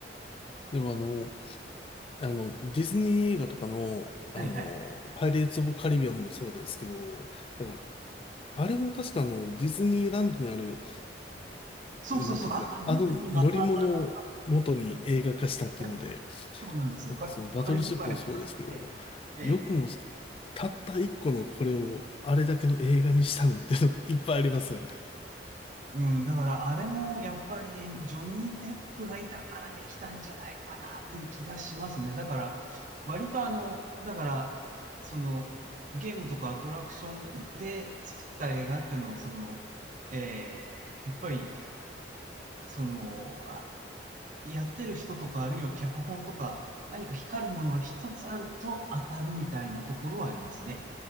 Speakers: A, on the left (about 30°); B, on the right (about 45°).
A: でもあの、あの、ディズニー映画とかの、
B: <laughs>
A: あの、
B: はいはい。
A: パイレーツ・オブ・カリビアンもそうですけど、なんか、あれも確かあの、ディズニーランドにある、
B: そうそうそう、
A: なんていうんですか、
B: あ、あ、ね、
A: あの乗り物を元に映画化したっていうので、
B: 今、また、うんカリそうなんですよ。
A: なんかそのバトルシップもそうですけど、
B: カカリブ海の、ええ、ええ、
A: よくもたった一個のこれをあれだけの映画にしたなっていうのいっぱいありますよね。
B: うん、だからあれもやっぱりジョニー・デップがいたからできたんじゃないかなという気がしますね。だから、割とあの、だから、その、ゲームとかアトラクションで作った映画っていうのを、その、ええ、やっぱり、その、あ、やってる人とか、あるいは脚本とか、何か光るものが一つあると当たるみたいなところはありますね。